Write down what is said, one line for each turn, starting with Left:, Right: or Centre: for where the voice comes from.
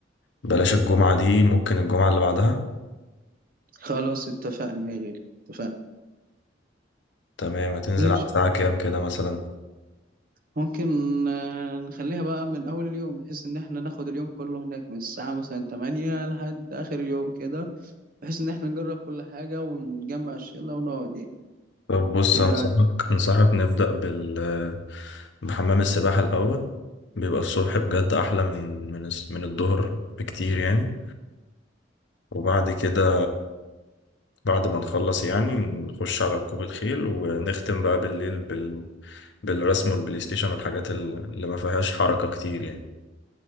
Left: بلاش الجمعة دي ممكن الجمعة اللي بعدها
Right: خلاص اتفقنا يا غالي اتفقنا
Left: تمام هتنزل
Right: ماشي
Left: على الساعة كام كده مثلا
Right: ممكن آه، نخليها بقى من أول اليوم بحيث إن إحنا ناخد اليوم كله هناك من الساعة مثلا تمانية لحد آخر اليوم كده بحيث إن إحنا نجرب كل حاجة ونجمع الشلة ونقعد يعني
Left: طب بص
Right: إيه
Left: أنصحك
Right: رأيك؟
Left: أنصحك نبدأ بال بحمام السباحة الأول بيبقى الصبح بجد أحلى من من الس- من الظهر بكتير يعني وبعد كده بعد ما نخلص يعني نخش على ركوب الخيل ونختم بقى بالليل بال بالرسم والبلاي ستيشن والحاجات ال- اللي ما فيهاش حركة كتير يعني